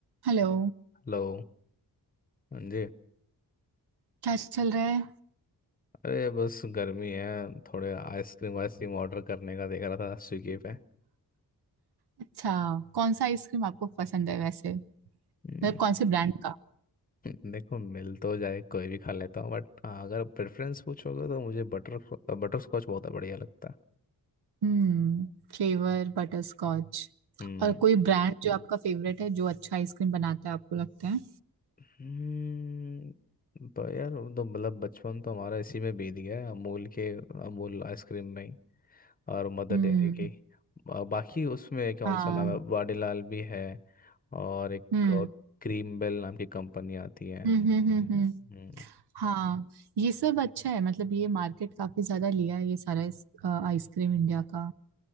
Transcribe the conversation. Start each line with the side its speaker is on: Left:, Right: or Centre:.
Right: Hello
Left: हेलो हाँ जी
Right: क्या चल रहा है
Left: अरे बस गर्मी है थोड़े आइसक्रीम वाइसक्रीम ऑर्डर करने का देख रहा था स्विगी पे
Right: अच्छा कौन सा आइसक्रीम आपको पसंद है वैसे मतलब
Left: हम्म,
Right: कौन से ब्रांड का
Left: <laughs> देखो मिल तो जाए कोई भी खा लेता हूँ बट हाँ, अगर प्रेफरेंस पूछोगे तो मुझे बटर बटर स्कॉच बहुत बढ़िया लगता है
Right: हम्म Flavour butterscotch
Left: हम्म
Right: और कोई ब्रांड जो आपका फेवरेट है जो अच्छा आइसक्रीम बनाता है आपको लगता है
Left: हम्म, पर यार वो तो मतलब बचपन तो हमारा इसी में बीत गया है, अमूल के अमूल आइसक्रीम में ही, और मदर
Right: हम्म
Left: डेयरी की बा- बाकी उसमें कौन
Right: हाँ
Left: सा नाम है वाडीलाल भी है और एक
Right: हम्म
Left: क्रीम बेल नाम की कंपनी आती है
Right: हम्म हम्म हम्म हम्म।
Left: हम्म
Right: हाँ ये सब अच्छा है मतलब ये मार्केट काफी ज्यादा लिया है ये सारा इस, अ, आइसक्रीम इंडिया का